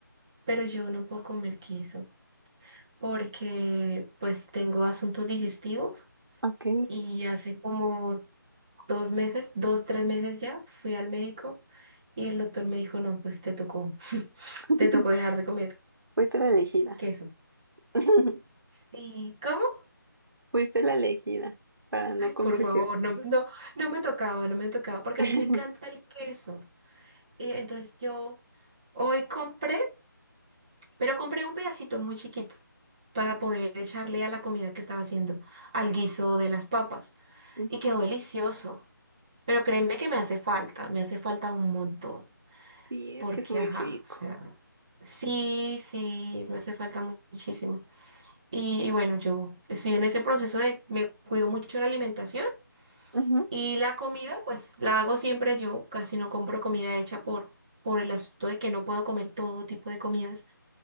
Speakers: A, on the right; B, on the right.
A: pero yo no puedo comer queso porque pues tengo asuntos digestivos
B: Ok,
A: Y hace como dos meses, dos, tres meses ya, fui al médico y el doctor me dijo, no, pues te tocó,
B: <laughs>
A: te tocó dejar de comer
B: fuiste la elegida.
A: queso.
B: <laughs>
A: Sí, ¿cómo?
B: Fuiste la elegida para no
A: Ay,
B: comer
A: por favor,
B: queso.
A: no, no, no me tocaba, no me tocaba, porque
B: <laughs>
A: a mí me encanta el queso. Y entonces yo hoy compré, pero compré un pedacito muy chiquito para poder echarle a la comida que estaba haciendo, al guiso de las papas.
B: Mm,
A: Y quedó delicioso. Pero créeme que me hace falta, me hace falta un montón.
B: Sí,
A: porque,
B: es que es muy
A: ajá,
B: rico.
A: o sea, sí, sí, me hace falta mu- muchísimo. Y, y bueno, yo estoy en ese proceso de, me cuido mucho la alimentación
B: Ujú.
A: y la comida, pues la hago siempre yo, casi no compro comida hecha por, por el asunto de que no puedo comer todo tipo de comidas